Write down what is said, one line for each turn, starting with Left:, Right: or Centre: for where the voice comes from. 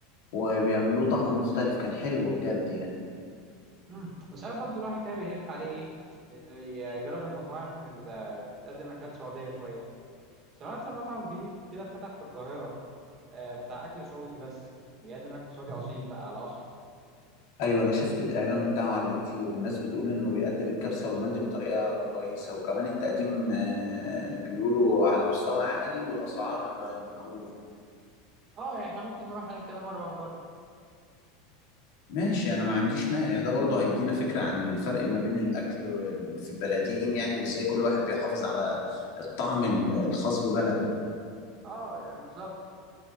Left: وبيعملوه طعم مختلف كان حلو بجد يعني
Right: امم بس أنا برضه الواحد كده بيهف عليه إيه؟ إنه يجرب المطاعم اللي بتقدم أكلات سعودية شوية سمعت مطعم جديد كده فتح في القاهرة آه بتاع أكل سعودي بس بيقدم أكل سعودي أصيل بقى على أصل
Left: ايوه انا شفت الاعلان بتاعه على اليوتيوب الناس بتقول انه بيقدم الكبسه والمندي بطريقه كويسه وكمان التقديم آه، بيقولوا على مستوى عالي والاسعار آه، معقوله
Right: آه يعني إحنا ممكن نروح هناك كده مرة ونجرب
Left: ماشي انا ما عنديش مانع ده برضه هيدينا فكرة عن الفرق ما بين الاكل في البلدين يعني وازاي كل واحد بيحافظ على الطعم ال- الخاص ببلده
Right: آه بالظبط